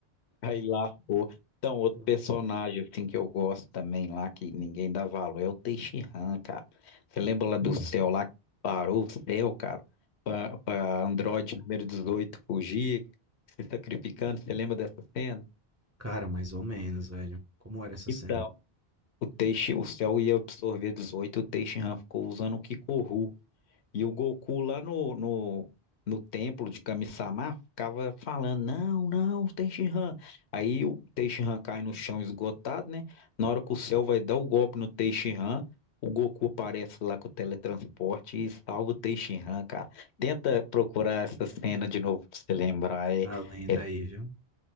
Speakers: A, on the left; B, on the right.
A: Aí lá, pô. Então, outro
B: Uhum.
A: personagem assim que eu gosto também lá, que ninguém dá valor, é o Teixeira, cara. Você lembra lá do
B: Hum,
A: céu lá que parou o céu, cara, pra, pra Android número 18 fugir, se sacrificando? Você lembra dessa cena?
B: cara, mais ou menos, velho. Como era essa
A: Então,
B: cena?
A: o Teixe, o céu ia absorver 18, o Teixeira ficou usando o Kikoru. E o Goku lá no, no, no templo de Kami-sama ficava falando: Não, não, Tenshinhan. Aí o Tenshinhan cai no chão esgotado, né? Na hora que o céu vai dar o golpe no Tenshinhan, o Goku aparece lá com o teletransporte e salva o Tenshinhan, cara. Tenta procurar essa cena de novo pra você lembrar. É,
B: A lenda
A: é-
B: aí, viu?